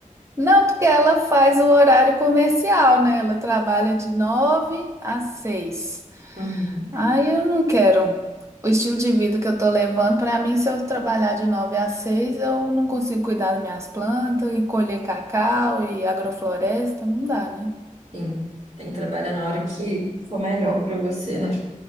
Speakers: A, on the right; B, on the right.
A: Não, porque ela faz o horário comercial, né? Ela trabalha de nove às seis.
B: Uhum.
A: Aí eu não quero. O estilo de vida que eu tô levando, pra mim, se eu trabalhar de nove às seis, eu não consigo cuidar das minhas plantas e colher cacau e agrofloresta, não dá, né?
B: Sim, tem que trabalhar na hora que for melhor para você, né?